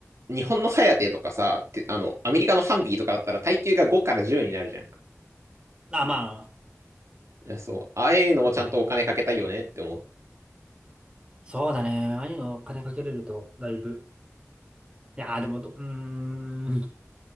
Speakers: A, on the right; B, on the right.
A: 日本のハヤテとかさ、てあの、アメリカのハンビーとかだったら、耐久が5から10になるじゃん。い
B: まあ、まあ、
A: や、そう。ああいうのもちゃんとお金かけたいよねって思う。
B: そうだね。ああいうのお金かけれると、だいぶ。いやー、でもど、うーん。